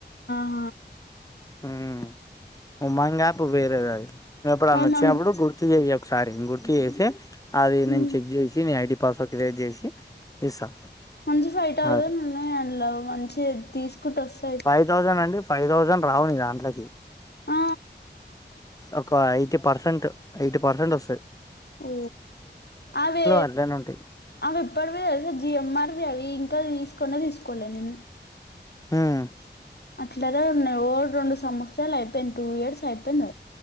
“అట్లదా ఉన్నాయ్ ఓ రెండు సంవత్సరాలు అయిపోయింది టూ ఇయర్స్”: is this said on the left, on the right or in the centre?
Left